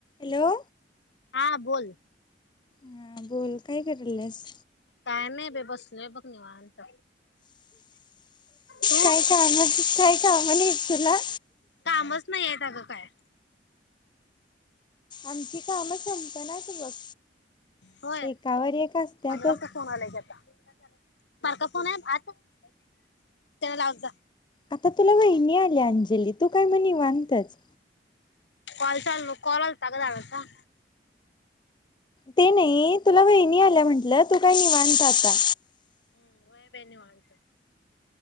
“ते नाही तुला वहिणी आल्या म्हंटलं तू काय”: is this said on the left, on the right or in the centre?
Left